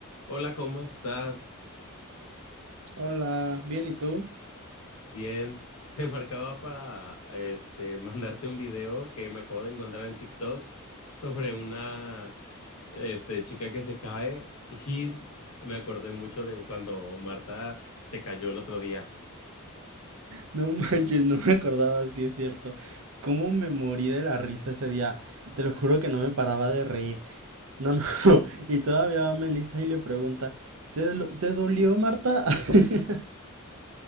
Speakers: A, on the left; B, on the right.
A: Hola, ¿cómo estás?
B: Hola, bien, ¿y tú?
A: Bien, <laughs> te marcaba para este mandarte un video que me acabo de encontrar en TikTok sobre una este chica que se cae y me acordé mucho de cuando Marta se cayó el otro día.
B: No manches, no me acordaba, sí es cierto. ¿Cómo me morí de la risa ese día? Te lo juro que no me paraba de reír. No, no, <laughs> y todavía va Melissa y le pregunta, ¿te, lo- te dolió, Marta? <laughs>